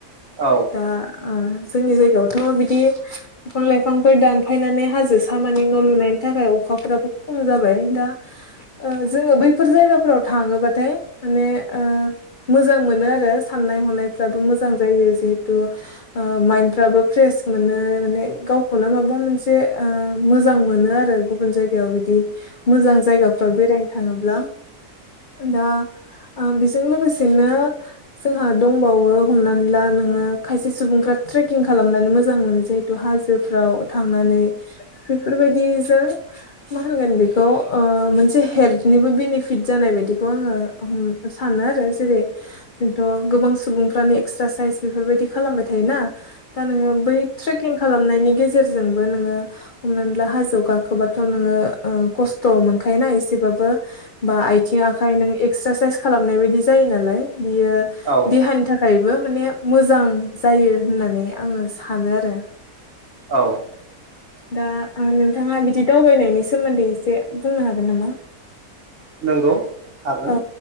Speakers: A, on the right; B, on the left.
A: औ
B: दा ओ जोंनि जायगायावथ' बिदि बिफां लाइफां दान फायनानै हाजो सामानि न' लुनायनि थाखाय अखाफोराबो खम जाबाय दा ओ जोङो बैफोर जायगाफोराव थाङोबाथाय माने ओ मोजां मोनो आरो साननाय हनायफ्राबो मोजां जायो जिहेथु ओ ओ माइफ्राबो फ्रेस मोनो माने गावखौनो माबा मोनसे ओ मोजां मोनो आरो गुबन जाय याव बिदि मोजां जायगाफ्राव बेरायनो थाङोब्ला दा ओ जों लोगोसेनो जोंहा दंबावो हमनानै ला नोङो खायसे सुबुंफ्रा ट्रेकिं खालामनानै मोजां मोनो जे बे हाजोफ्राव थांनानै बेफोर बायदिजों मा होनगोन बेखौ ओ मोनसे हेल्थनिबो बेनिफिट जानाय बायदिखौ आङो हमदांस हानो आरो जेरै जोंथ' गोबां सुबुंफ्रानो एक्सारसाइस बेफोरबायदि खालामबाय थायोना दा नोङो बै ट्रेकिं खालामनायनि गेजेरजोंबो नोङो हमनानै ला हाजो गाखोबाथ' नोङो ओ खस्थ' मोनखायोना एसेबाबो बा आइथिं आखाइ नों एक्सारसाइस खालामनाय बायदि जायो नालाय बियो
A: औ औ
B: देहानि था फ्रायबो माने मोजां जायो होननानै आङो सानो आरो।
A: अ
B: दा नोंथाङा बिदि दावबायनायनि सोमोन्दै एसे बुंनो हागोन नामा?
A: नंगौ हागोन
B: औ